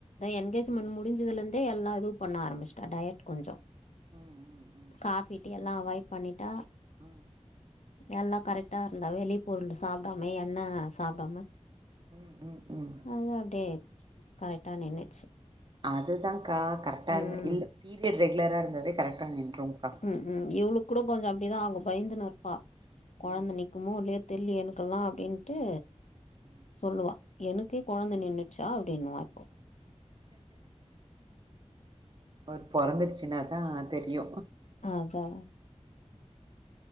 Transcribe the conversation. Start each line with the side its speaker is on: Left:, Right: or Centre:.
Left: என்கேஜ்மெண்ட்
Right: ம்
Left: முடிஞ் துலேந்தே எல்லா இது பண்ண ஆரமிச்சுட்டா டயட் கொஞ்ச
Right: ம் ம்
Left: காப்பி டீ எல் ல்லா அவாய்ட் பண்ணிட்டா
Right: ம்
Left: நல்லா கரெக்டாருந்தா வெளி பொருள் சாப்டாமே எண்ண சாப்டாம
Right: ம் ம் ம் ம்
Left: அது அப்டியே கரெக்டா நின்னுருச்சு
Right: அதுதாங்கா கரெக்டாருந்
Left: ம்
Right: இல்ல பீரியட் ரெகுலராக இருந்ததே கரெக்டா நின்றுங்கா
Left: ம் ம் இவுளுக்கு கூட கொஞ்சோ அப்படிதா ஆகு பயந்துன்னுருப்பா கொழந்த
Right: ம்
Left: நிக் குமோ இல்லையே தெர்லியே எனக்கலா அப்டின்ட்டு
Right: ம்.
Left: சொல்லுவா எனக்கே கொழந்த நின்னுச்சா அப்டின்னுவாப்போ
Right: ஒரு பொறந்துடுச்சுனாதா தெரியு
Left: அதா